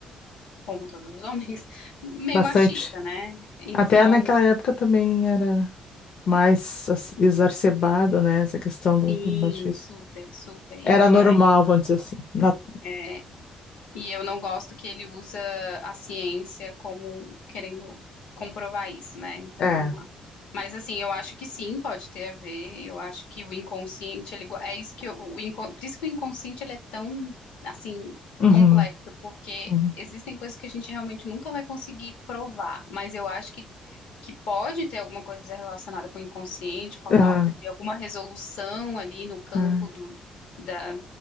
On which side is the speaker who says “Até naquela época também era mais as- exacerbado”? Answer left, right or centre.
Left